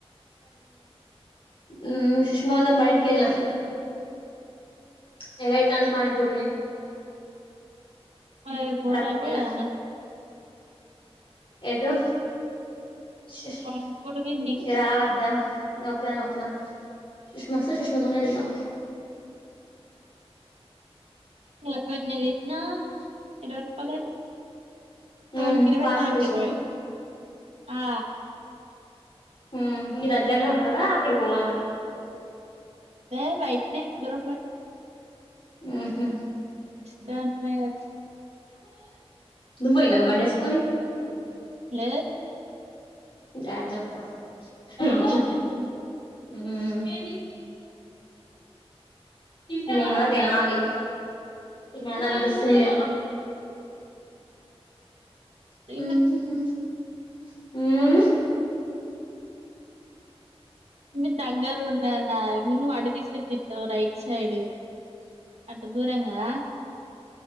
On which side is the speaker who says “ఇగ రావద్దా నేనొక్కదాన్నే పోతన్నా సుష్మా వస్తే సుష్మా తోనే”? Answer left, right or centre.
Left